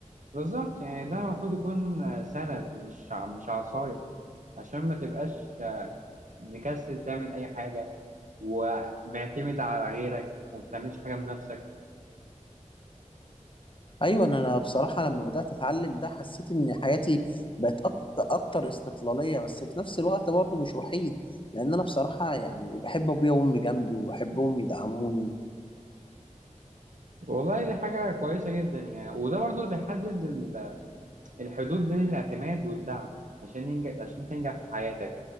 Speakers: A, on the right; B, on the left.
A: بالظبط يعني ده المفروض يكون آه، سند مش ع- مش عصايه عشان ما تبقاش آه، مكسل تعمل اي حاجه ومعتمد على غيرك وما بتعملش حاجه من نفسك
B: ايوه انا أنا بصراحه لما بدات اتعلم ده حسيت ان حياتي بقت أكت- اكتر استقلاليه بس في نفس الوقت برضو مش وحيد لان انا بصراحه يعني بحب ابويا وامي جنبي وبحبهم يدعموني
A: والله دي حاجه كويسه جدا يعني وده برضو اللي بيحدد ال- الحدود بين الاعتماد والدعم عشان ينجح عشان تنجح في حياتك